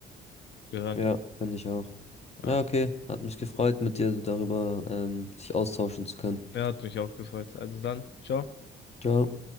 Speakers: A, on the left; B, on the left.
A: gehört.
B: Ja, finde ich auch.
A: Ja,
B: Ja, okay. Hat mich gefreut, mit dir darüber ähm, sich austauschen zu können.
A: ja, hat mich auch gefreut. Also dann, ciao.
B: Ciao.